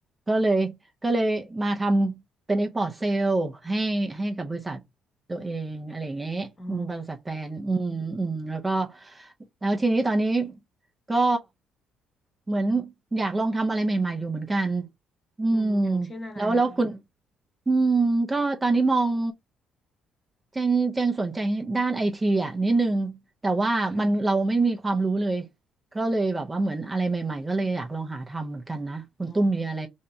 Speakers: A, on the right; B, on the left.
A: ก็เลยก็เลยมาทำเป็น export sale ให้ให้กับบริษัทตัวเองอะไรอย่างเงี้ยอืมบริษัทแฟนอืมอืมแล้วก็
B: อ๋อ
A: แล้วทีนี้ตอนนี้ก็เหมือนอยากลองทำอะไรใหม่ๆอยู่เหมือนกัน อืม
B: อืมอย่างเช่นอะไรอะคะ
A: แล้วแล้วคุณอืมก็ตอนนี้มองแจงแจงสนใจด้านไอทีอ่ะนิดนึงแต่ว่ามันเราไม่มีความรู้เลย
B: ค่ะ
A: ก็เลยแบบว่าเหมือนอะไรใหม่ๆก็เลยอยากลองหาทำเหมือนกันนะคุณตุ้มมีอะไร
B: อ๋อ